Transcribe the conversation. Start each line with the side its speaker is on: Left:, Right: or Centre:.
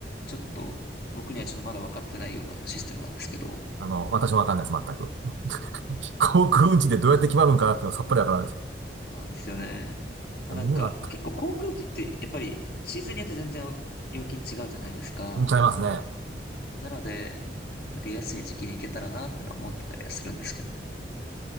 Left: ちょっと、僕にはちょっとまだ分かってないようなシステムなんですけど、
Right: あの、私もわかんないです、全く。<laughs> 航空運賃でどうやって決まるんかなっていうのはさっぱりわからないですけ
Left: そうなんですよね。まあなんか、
Right: ど。夢があったら、
Left: 結構航空機って、やっぱりシーズンによって全然料金違うじゃないですか。
Right: うんちゃいますね。
Left: なので、なんか安い時期に行けたらなってのは思ってたりはするんですけどね。